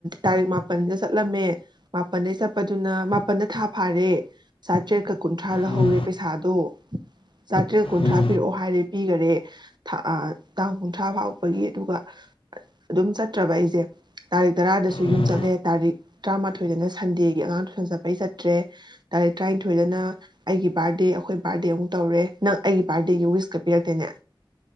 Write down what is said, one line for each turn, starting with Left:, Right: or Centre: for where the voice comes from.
Right: ꯇꯥꯔꯤꯛ ꯃꯥꯄꯜꯗ ꯆꯠꯂꯝꯃꯦ ꯃꯥꯄꯜꯗꯩ ꯆꯠꯄꯗꯨꯅ ꯃꯥꯄꯜꯗ ꯊꯥ ꯐꯥꯔꯦ ꯆꯥꯇ꯭ꯔꯦꯠꯀ ꯀꯨꯟꯊ꯭ꯔꯥ ꯂꯧꯍꯧꯔꯦ
Left: ꯎꯝ
Right: ꯄꯩꯁꯥꯗꯣ ꯆꯥꯇ꯭ꯔꯦꯠꯀ ꯀꯨꯟꯊ꯭ꯔꯥ
Left: ꯎꯝ
Right: ꯄꯤꯔꯛꯑꯣ ꯍꯥꯏꯔꯦ ꯄꯤꯈꯔꯦ ꯊꯥ ꯇꯥꯡ ꯀꯨꯟꯊ꯭ꯔꯥ ꯐꯥꯎꯕꯒꯤ ꯑꯗꯨꯒ ꯑꯗꯨꯝ ꯆꯠꯇ꯭ꯔꯕ ꯑꯩꯁꯦ ꯇꯥꯔꯤꯛ ꯇꯔꯥꯗꯁꯨ
Left: ꯎꯝ
Right: ꯌꯨꯝ ꯆꯠꯂꯦ ꯇꯥꯔꯤꯛ ꯇꯔꯥꯃꯥꯊꯣꯏꯗꯅ ꯁꯟꯗꯦꯒꯤ ꯑꯉꯥꯡ ꯇꯨꯁꯟ ꯆꯠꯄꯩ ꯆꯠꯇ꯭ꯔꯦ ꯇꯥꯔꯤꯛ ꯇꯔꯥꯅꯤꯊꯣꯏꯗꯅ ꯑꯩꯒꯤ ꯕꯥꯔꯗꯦ ꯑꯩꯈꯣꯏ ꯕꯥꯔꯗꯦ ꯑꯃꯨꯛ ꯇꯧꯔꯦ ꯅꯪ ꯑꯩꯒꯤ ꯕꯥꯔꯗꯦꯒꯤ ꯋꯤꯁꯀ ꯄꯤꯔꯛꯇꯦꯅꯦ